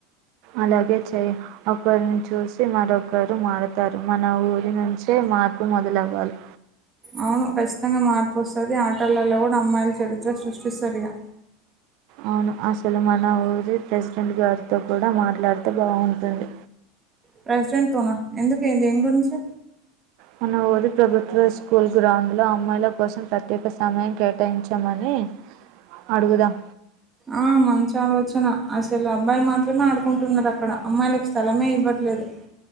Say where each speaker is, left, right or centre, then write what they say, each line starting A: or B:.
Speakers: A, on the right; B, on the right.
A: అలాగే చెయి ఒకరిని చూసి మరొకరు మారతారు మన ఊరి నుంచే మాార్పు మొదలవ్వాలి
B: అవును ఖచ్చితంగా మార్పు వస్తుంది ఆటలలో కూడా అమ్మాయిల చరిత్ర సృష్టిస్తరిగా
A: అవును అసలు మన ఊరి ప్రెసిడెంట్ గారితో కూడ మాట్లాడితే బాగుంటుంది
B: ప్రెసిడెంట్ తోన ఎందుకు అయింది ఏం గురించి
A: మన ఊరి ప్రభుత్వ స్కూల్ గ్రౌండ్ లో అమ్మాయిల కోసం ప్రత్యేక సమయం కేటాయించమని అడుగుదాం
B: ఆ మంచి ఆలోచన అసలు అబ్బాయిలు మాత్రమే ఆడుకుంటున్నారు అక్కడ అమ్మాయిలకు స్థలమే ఇవ్వట్లేదు